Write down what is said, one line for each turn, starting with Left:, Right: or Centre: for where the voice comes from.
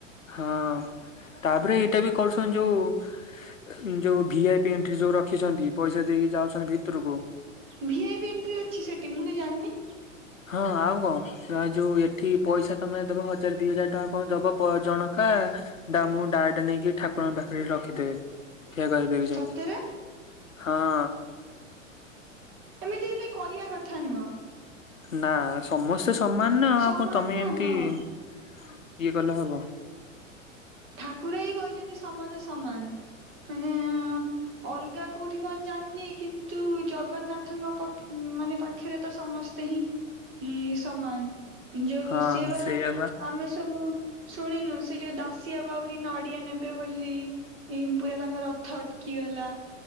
Left: ହଁ ତାପରେ ଏଇଟା ବି କରୁସନ୍ ଯଉ ଯଉ ଭିଆଇପି ଏଣ୍ଟ୍ରି ଯଉ ରଖିଚନ୍ତି ପଇସା ଦେଇକି ଯାଉଚନ୍ତି ଭିତରକୁ।
Right: ଭିଆଇପି ଏଣ୍ଟ୍ରି ଅଛି ସେଠି ମୁଁ ତ ଜାଣିନି।
Left: ହଁ ଆଉ କଣ୍। <unintelligible> ଯଉ ଏଠି ପଇସା ତମେ ଦବ ହଜାର ଦି ହଜାର ଟଙ୍କା କଣ ଦବ ପ-ଜଣକା ଡା- ମୁଁ ଡାଏଟ୍ ନେଇକି ଠାକୁରଙ୍କ ପାଖରେ ରଖିଦେବି ଠିଆ କର୍ <unintelligible>
Right: ସତରେ
Left: ହଁ।
Right: ଏମିତି ହେଲେ କରିବା କଥା ନୁହଁ।
Left: ନା ସମସ୍ତେ ସମାନ୍ ନା ଆଉ
Right: ସମାନ
Left: କଣ୍ ତମେ
Right: ନା
Left: ଏମିତି
Right: ହଁ
Left: ଇଏ କଲେ ହବ।
Right: ଠାକୁର ହିଁ କହିଚନ୍ତି ସମସ୍ତେ ସମାନ୍ ମାନେ ଅଲଗା କଉଠି କଣ୍ ଜାଣିନି କିନ୍ତୁ ଜଗନ୍ନାଥଙ୍କ ପ- ମାନେ ପା ଖେରେ ତ ସମସ୍ତେ ହିଁ ସମାନ୍
Left: ହଁ
Right: ଯଉ ସିଏ ବା
Left: ସେଇଆ
Right: ଆମେ ତାକୁ ଶୁଣିନୁ ସେ ଯଉ ଦାସିଆ ବାଉରି ନଡିଆ ନେବେ ବୋଲି ଏ ପୁରା ତାଙ୍କର ରଥ ଅଟକି ଗଲା